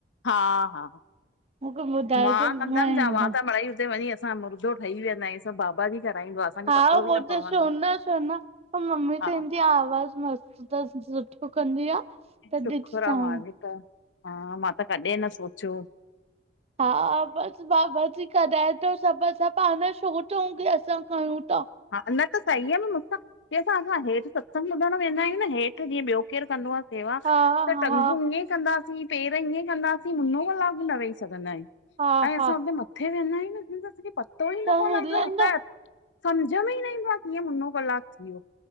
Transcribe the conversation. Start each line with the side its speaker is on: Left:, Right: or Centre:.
Left: हा -हा
Right: मूंखे ॿुधाइजो
Left: मां कंदमि
Right: ईंदमि
Left: छा मां त मिड़ई हुते वनी हुयस अस मुर्दो ठही वेंदा आयूस। सभु बाबा जी कराईंदो आहे असांखे
Right: हा
Left: पतो
Right: उहो
Left: बि न
Right: त
Left: पवंदो
Right: छो न
Left: आहे
Right: छो न पर मम्मी चवंदी
Left: हा।
Right: आ आवाज़ मस्तु अथसि सुठो कंदी आ त
Left: शुखूर
Right: ॾिसजांइ
Left: आहे मालिका हा मां त कॾहिं न सोचो।
Right: हा बस बाबा जी कढाए थो सभु असां पाण छो चऊं की असां कयणु ता।
Left: हा न त सही आहे न मूंसा की असां असां हेठिसत्संग बुधणु वेंदा आहियूं न हेठि जीअं ॿियो कोय कंदो आहे। सेवा
Right: हा
Left: त
Right: हा
Left: टंगू ईअं कंदासीं पेर ईअं कंदासीं मुनो क लाॻ भी न वेही सघंदा आहियूं।
Right: हा
Left: ऐं
Right: हा
Left: असां हुते मथे वेंदा आहियूं न तो असंपतो ई
Right: त
Left: नपवंदो
Right: हिलन
Left: <unintelligible> सम्झ में ई न ईंदो आहे कीअं मुनो कलाकु थी वियो।